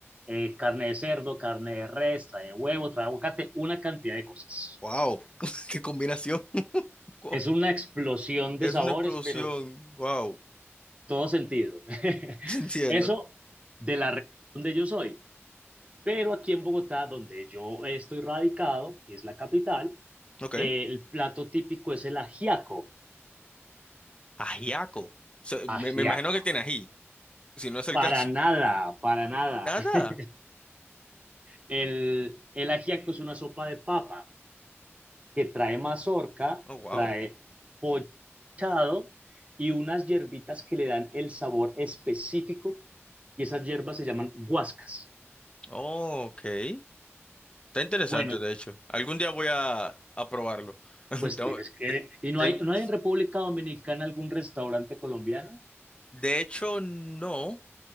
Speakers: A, on the right; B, on the left.
A: eh, carne de cerdo, carne de res, trae huevo, trae aguacate, una cantidad de cosas.
B: wow, <laughs> qué combinación. <laughs>
A: Es una explosión de
B: Es
A: sabores,
B: una explosión,
A: pero
B: wow.
A: todo sentido. <laughs>
B: <laughs> Entiendo.
A: Eso de la región donde yo soy. Pero aquí en Bogotá, donde yo estoy radicado, que es la capital,
B: Ok.
A: eh, el plato típico es el ajiaco.
B: Ajiaco. So, me,
A: Ajiaco.
B: me imagino que tiene ají, si no es el
A: Para
B: caso.
A: nada, para nada.
B: Nada.
A: <laughs> El, el ajiaco es una sopa de papa que trae mazorca,
B: Oh, wow.
A: trae pollo mechado y unas hierbitas que le dan el sabor específico y esas hierbas se llaman guascas.
B: Oh, ok. Está interesante,
A: Bueno,
B: de hecho. Algún día voy a, a probarlo. <laughs>
A: pues
B: Tengo-
A: tienes que...
B: te-
A: ¿Y no
B: ten-
A: hay, no hay en República Dominicana algún restaurante colombiano?
B: de hecho, no.